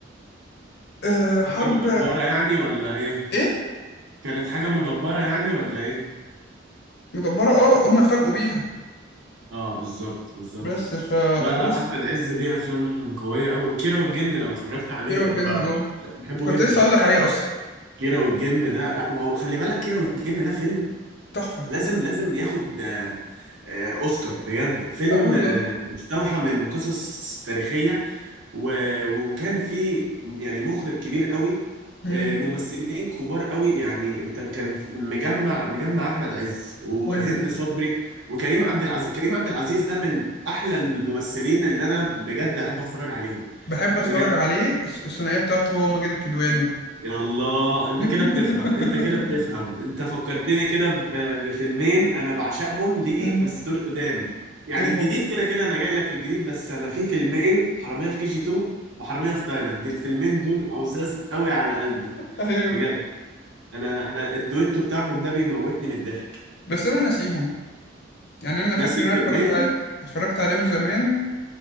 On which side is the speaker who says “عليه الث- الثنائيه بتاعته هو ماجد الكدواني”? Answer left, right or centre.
Left